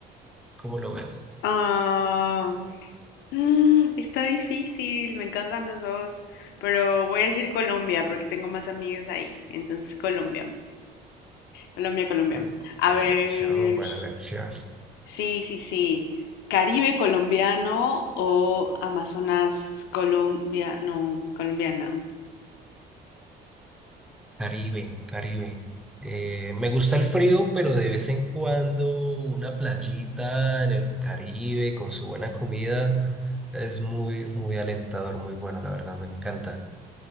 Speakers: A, in the centre; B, on the left.
A: ¿Cómo lo ves?
B: Ah, Mm, está difícil, me encantan los dos, pero voy a decir Colombia porque tengo más amigos ahí. Entonces, Colombia, Colombia, Colombia.
A: Eh, Buena
B: A ver,
A: elección, buena elección.
B: sí, sí, sí. Caribe colombiano o Amazonas colombiano, colombiana.
A: Caribe, Caribe. Eh, me gusta el frío, pero de vez en cuando una playita en el Caribe con su buena comida es muy, muy alentador, muy bueno, la verdad, me encanta.